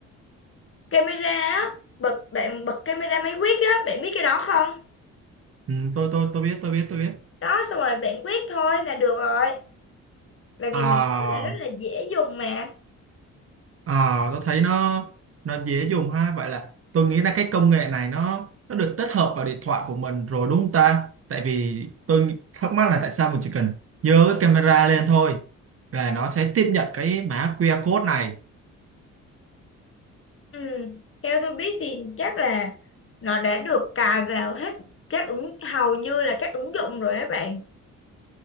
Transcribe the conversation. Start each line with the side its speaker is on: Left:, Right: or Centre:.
Left: camera á bật bạn bật camera máy quét á bạn biết cái đó không
Right: Ừ, tôi tôi tôi biết tôi biết tôi biết.
Left: đó xong rồi bạn quét thôi là được rồi tại vì
Right: À,
Left: mã code này rất là dễ dùng mà
Right: à tôi thấy nó nó dễ dùng ha. Vậy là tôi nghĩ là cái công nghệ này nó nó được tích hợp vào điện thoại của mình rồi đúng không ta? Tại vì tôi nghĩ- thắc mắc là tại sao mình chỉ cần giơ cái camera lên thôi là nó sẽ tiếp nhận cái mã QR code này.
Left: ừ. theo tôi biết thì chắc là nó đã được cài vào hết các ứng hầu như là các ứng dụng rồi các bạn